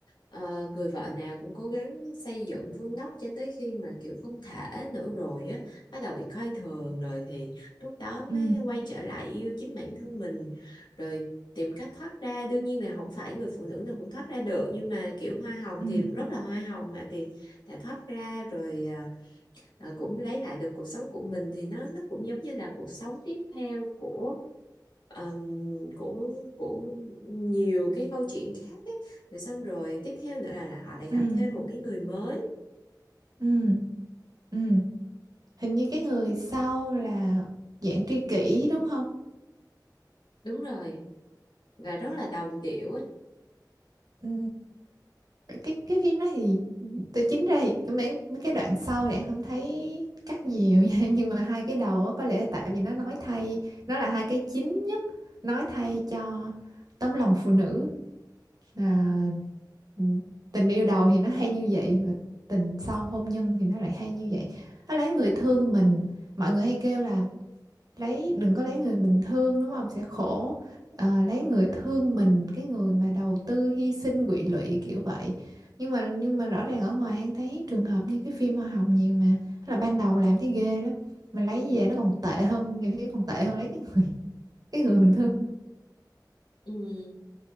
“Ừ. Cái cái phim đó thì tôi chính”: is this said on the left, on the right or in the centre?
Right